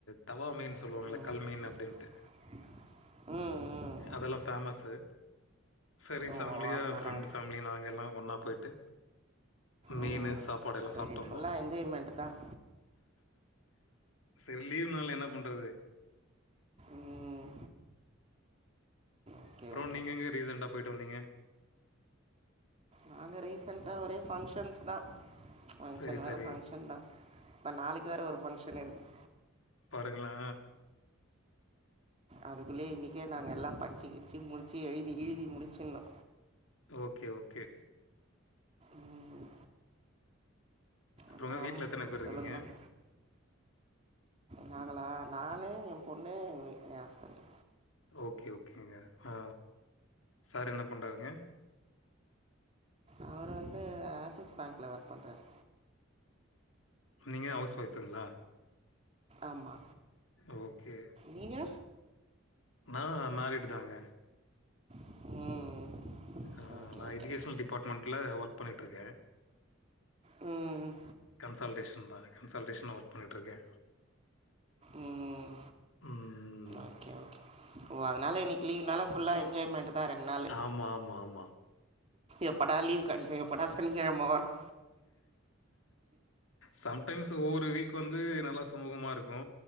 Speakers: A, on the left (about 85°); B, on the right (about 30°).
A: தவ்வா மீன் சொல்லுவாங்ள
B: ம்
A: கல் மீன் அப்டின்ட்டு
B: ம் ம்
A: அதல்லா ஃபேமஸு செரி
B: ஓ
A: ஃபேம்லியா
B: அதனால அது நல்லா
A: ஃப்ரெண்டு்
B: இருக்கு.
A: ஃபேம்லி நாங்கெல்லா ஒன்னா போய்ட்டு மீனு
B: ம்
A: சாப்பாடெல்லா
B: அப்போ
A: சாப்ட்டு
B: இன்றைக்கி
A: வந்தோ
B: ஃபுல்லாக என்ஜாய்மெண்ட்டு தான்
A: செரி லீவ் நாள்ல என்ன பண்றது
B: ம் ஓகே
A: அப்றோ
B: ஓகே
A: நீங்க எங்க ரீசெண்ட்டா போய்ட்டு வந்தீங்க
B: நாங்க ரீசெண்ட்டா ஒரே ஃபங்க்ஷன்ஸ் தா ஃபங்க்ஷன்
A: சரி,
B: மேல
A: சரி.
B: ஃபங்க்ஷன்தா இப்ப நாளைக்கி வேற ஒரு ஃபங்க்ஷன் இருக்குது
A: பாருங்ளே
B: அதுக்குள்ள இன்னிக்கே நாங்க எல்லா படிச்சி கிடிச்சி முடிச்சி எழுதி கிழுதி முடிச்சிர்னு
A: ஓகே ஓகே
B: ம்,
A: அப்றோங்க
B: அப்புறம்
A: வீட்ல எத்தன பேர் இருக்கீங்க
B: சொல்லுங்கள் நாங்களா நானு எ பொண்ணு எ எ அஸ்பண்ட்
A: ஓகே ஓகேங்க ஆ சார் என்ன பண்றாருங்க
B: அவர் வந்து ஆஸிஸ் பேங்க்ல ஒர்க் பண்றாரு
A: நீங்க அவுஸ் ஒய்ஃபுங்ளா
B: ஆமா
A: ஓகே
B: நீங்க
A: நா மேரிடு தாங்க
B: ம்
A: ஆ
B: ஓகே
A: நா
B: ஓகே
A: எஜுகேஷ்னல் டிபார்ட்மென்ட்ல ஒர்க் பண்ணிட்ருக்கே
B: ம்
A: கன்சால்டேஷன் தா கன்சால்டேஷன்ல ஒர்க் பண்ணிட்ருக்கே
B: ம்
A: ம்
B: ஓகே ஓகே ஓ அதனால இன்னி க்கி லீவ்னால ஃபுல்லா என்ஜாய்மெண்ட்டு தா ரெண் நாளு
A: ஆமா, ஆமா, ஆமா.
B: எப்படா லீவ் கெடைக்கு எப்படா சனிகெழம வரு
A: சம்டைம்ஸ் ஒவ்வொரு வீக் வந்து நல்லா சுமூகமாருக்கு